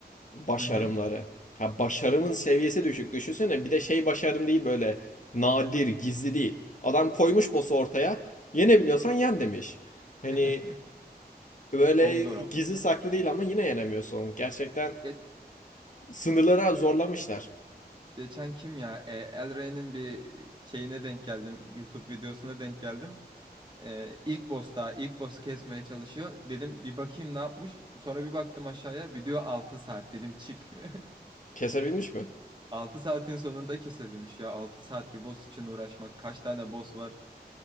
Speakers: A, on the left (about 50°); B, on the right (about 30°).
A: başarımları.
B: Hı hı.
A: Ha başarımın seviyesi düşük. Düşünsene bir de şey başarım değil böyle nadir, gizli değil. Adam koymuş boss'u ortaya. Yenebiliyorsan yen demiş. Hani
B: <laughs>
A: böyle
B: Çok zor
A: gizli
B: ama.
A: saklı değil ama yine yenemiyorsun. onu. Gerçekten
B: Ge-
A: sınırlara zorlamışlar.
B: geçen kim ya? E, El Rey'nin bir şeyine denk geldim. YouTube videosuna denk geldim. E, ilk boss'ta ilk boss'u kesmeye çalışıyor. Dedim bir bakayım ne yapmış. Sonra bir baktım aşağıya. Video altı saat dedim çık. <laughs>
A: Kesebilmiş mi?
B: 6 saatin sonunda kesebilmiş ya. 6 saat bir boss için uğraşmak. Kaç tane boss var?